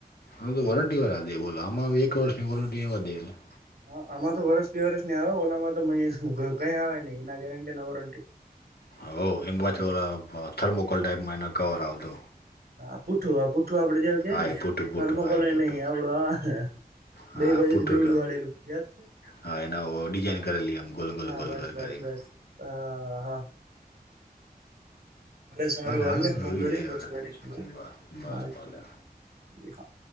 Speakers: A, on the left; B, on the right.
A: હવે તો વોરંટીવાળા દે બોલો, આમાં હવે એક વર્ષની વોરંટી એવા દે એલા.
B: હા. આમાં તો વર્ષ બે વર્ષની આવે. ઓલામાં તો <unintelligible> કંઈ આવે નહીં, ના ગેરંટી ના વોરંટી.
A: હોવ. એમ પાછો ઓલા અહ થર્મોકોલ ટાઈપમાં એનો કવર આવતો.
B: આ પુઠ્ઠું આ પુઠ્ઠું આપડે જ્યારે કેઈને
A: હા એ પૂઠું
B: થર્મોકોલઈ
A: પૂઠું હા એ પૂઠું
B: નહીં આવડું આ
A: હા
B: બેઈ બાજુથી
A: પૂઠું
B: બેવડું વાળેલું, યાદ છે?
A: હા એના ડિઝાઇન કરેલી એમ ગોલ ગોલ
B: હા,
A: ગોલ
B: બસ-બસ-બસ.
A: ગોલ કરીને
B: અહા. ભલે સારું
A: હાલો
B: હાલને
A: ને
B: વાંધો
A: હોઈ જાય
B: નહીં પછી કરીશ હો
A: હવે
B: ને,
A: ભલે ભલે
B: બાય,
A: ભલે
B: એ હા.